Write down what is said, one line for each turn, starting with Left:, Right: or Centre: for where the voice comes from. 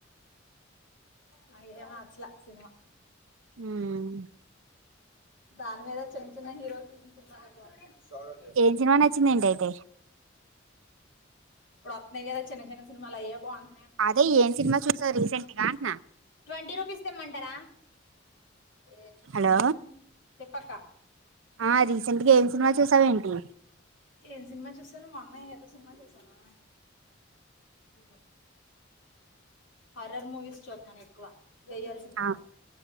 Left: నాకు ఏమ నచ్చలే సినిమా
Right: ఉమ్
Left: దాని మీద చిన్న చిన్న హీరోస్ తీసిన సినిమాలే బాగున్నాయ్ సాడండి
Right: ఏం సినిమా నచ్చిందేంటి
Left: ఒ
Right: అయితే
Left: అప్పుడే కదా చిన్న చిన్న సినిమాలు అయ్యే బాగుం
Right: అదే ఏం సినిమా చూసా రీసెంట్ గా అంటున్నా
Left: ట్వంటీ రూపీస్ తెమ్మంటారా ఏం సినిమా
Right: హలో
Left: చూసినాం చెప్పక్క
Right: ఆ రీసెంట్గా ఏం సినిమా చూసావు ఏంటి
Left: ఏం సినిమా చూసాను మొన్నే ఏదో సినిమా చూసాను ఇ హర్రర్ మూవీస్ చూస్తున్నాను ఎక్కువ దెయ్యాల సినిమాలు
Right: ఆ